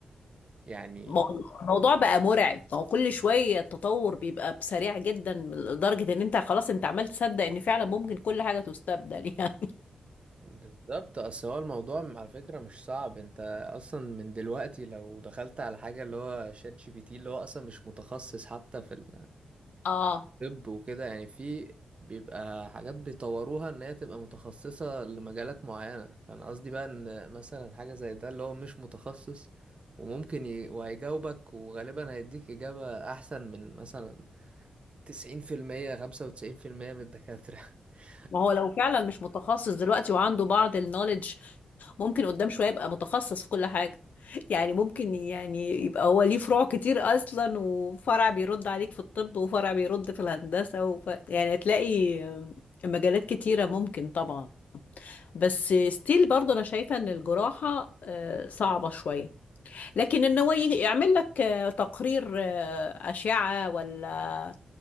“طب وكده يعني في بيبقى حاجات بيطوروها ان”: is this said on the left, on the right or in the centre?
Right